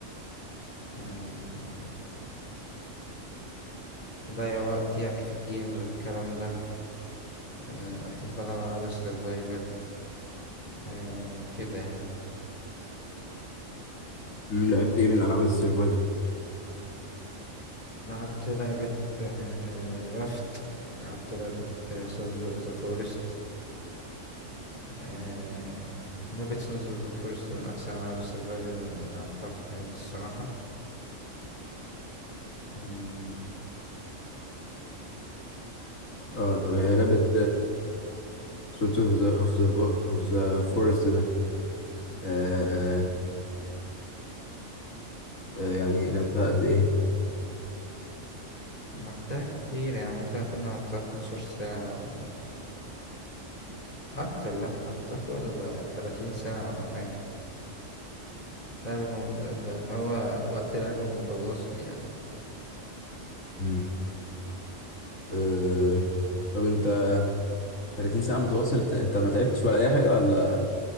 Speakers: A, on the left; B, on the left.
A: يعني أضيع وقت يعني في الجيمز والكلام ده آه، بحب ألعب ألعاب السرفايفل آه، كده يعني
B: مم، لعبت ايه من العاب السرفايفل
A: لعبت لعبة آه، رافت لعبت لعبة سانز اوف ذا فورست آه... لعبة سونز أوف ذا فورست من أحسن ألعاب السرفايفل اللي لعبتها في حياتي الصراحة مم،
B: اه طب هي لعبة سولت اوف ذا اوف ذا اوف ذا فورست ده آه، آه، يعني لعبتها قد ايه
A: لعبتها كتير يعني ممكن أكون لعبتها 12 ساعة ولا أكتر لأ لعبتها فوق ال 30 ساعة ولا حاجة لعبة م... اللي هو وقت لعب متواصل يعني
B: مم. آه، طب انت 30 ساعة متواصل ت- انت ما تعبتش ولا اي حاجة ولا